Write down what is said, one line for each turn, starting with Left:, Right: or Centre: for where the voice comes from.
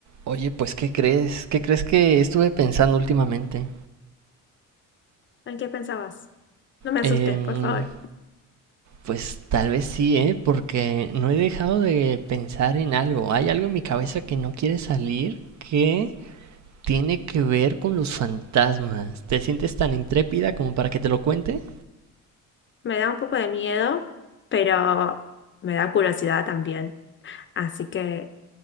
Right: Oye, pues, ¿qué crees? ¿Qué crees que estuve pensando últimamente?
Left: ¿En qué pensabas? No me
Right: Em,
Left: asustes, por favor.
Right: pues tal vez sí, ¿eh? Porque no he dejado de pensar en algo. Hay algo en mi cabeza que no quiere salir que tiene que ver con los fantasmas. ¿Te sientes tan intrépida como para que te lo cuente?
Left: Me da un poco de miedo, pero me da curiosidad también. Así que